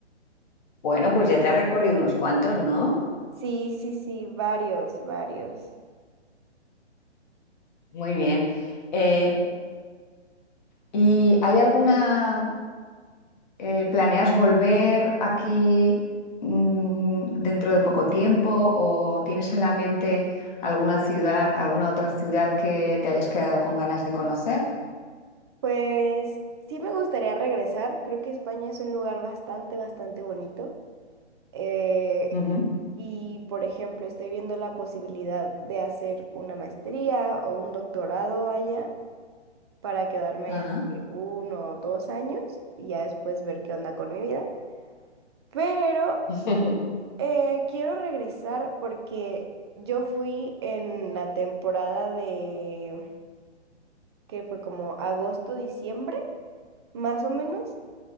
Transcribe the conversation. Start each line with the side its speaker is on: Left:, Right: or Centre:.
Left: Bueno, pues ya te has recorrido unos cuantos, ¿no?
Right: Sí, sí, sí, varios, varios.
Left: Muy bien. Eh, ¿y hay alguna... Eh, ¿planeas volver aquí mm, dentro de poco tiempo o tienes en la mente alguna ciudad, alguna otra ciudad que te hayas quedado con ganas de conocer?
Right: Pues sí me gustaría regresar. Creo que España es un lugar bastante, bastante bonito. Eh,
Left: Ujú,
Right: y, por ejemplo, estoy viendo la posibilidad de hacer una maestría o un doctorado allá para quedarme
Left: Ajá.
Right: allá de que uno o dos años y ya después ver qué onda con mi vida. Pero
Left: <laughs>
Right: eh, quiero regresar porque yo fui en la temporada de que fue como agosto, diciembre, más o menos.